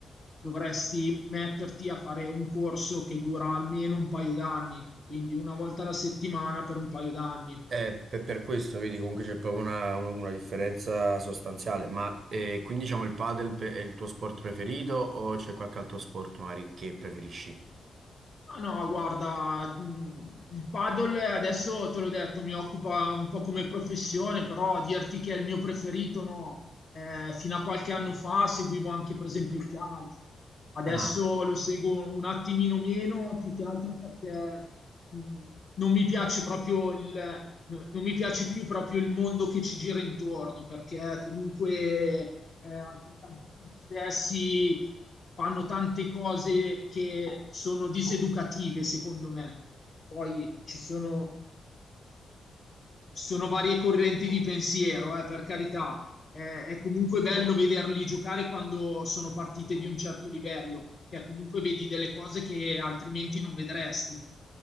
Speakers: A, on the left; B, on the right.
A: dovresti metterti a fare un corso che dura almeno un paio d'anni quindi una volta alla settimana per un paio d'anni.
B: Eh, per, per questo, vedi, comunque c'è proprio una, una- una differenza sostanziale. Ma eh, quindi diciamo il padel pe- è il tuo sport preferito o c'è qualche altro sport magari che preferisci?
A: Ah no, guarda, mm, il paddle adesso te l'ho detto, mi occupa un po' come professione, però dirti che è il mio preferito, no. Eh, fino a qualche anno fa seguivo anche per esempio il calcio, adesso
B: Ah,
A: lo seguo un attimino meno, più che altro perché mh, non mi piace proprio il, no- non mi piace più proprio il mondo che ci gira intorno, perché comunque eh, anche i calciatori stessi fanno tante cose che sono diseducative, secondo me. Poi ci sono, ci sono varie correnti di pensiero, eh, per carità. Eh, è comunque bello vederli giocare quando sono partite di un certo livello, che comunque vedi delle cose che altrimenti non vedresti.